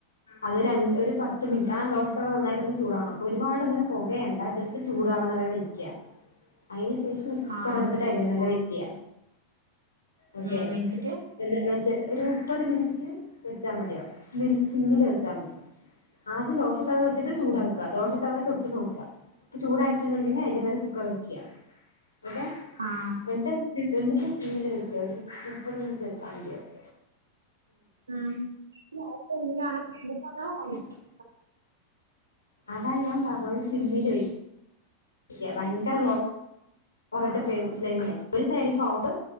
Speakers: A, on the left; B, on the right.
A: അതൊരഞ് ഒരു പത്ത് മിനി ആ ദോശ തവ നന്നായിട്ടൊന്ന് ച് ചൂടാവണം. ഒരുപാടൊങ്ങനെ പൊകയണ്ട ജസ്റ്റ് ചൂടാവണ വരെ യ്ക്ക. അയിന് ശേഷം
B: ആഹ്
A: കുറെ അടുത്തിട്ട് അയിന്റെ മേലെ വെയ്ക്ക. ഓക്കെ.
B: ഉം വെച്ചിട്ട്
A: എല്ലാ വെച്ച്ട്ട് ഒരു മുപ്പത് മിനിറ്റ് വെച്ചാ മതിയാവ് സ്ലിം സിമ്മില് വെച്ചാ മതി. ആദ്യം ദോശത്തവ വെച്ചിട്ട് ചൂടാക്ക. ദോശത്തവ തൊട്ട് നോക്ക. പ്പ ചൂടായിട്ട്ണ്ട് ന്ന് ണ്ടങ്കി അയിന്റെ മേലെ കുക്കറ് വെ യ്ക്ക ഓക്കെ
B: ആഹ്
A: എന്ന്ട്ട് എന്ന്ട്ട് സിമ്മില് വയ്ക്ക ഒരു മുപ്പത് മിനിറ്റ് വെച്ചമതിയാവും
B: ഉം <unintelligible>
A: അതാ ഞാൻ പറഞ്ഞത് സിമ്മില് വയ് യ്ക്ക ഭയങ്കര ലോ ട്ട് ഫ്ലൈമില് ഒരു സൈഡിക്ക് ഓഫ്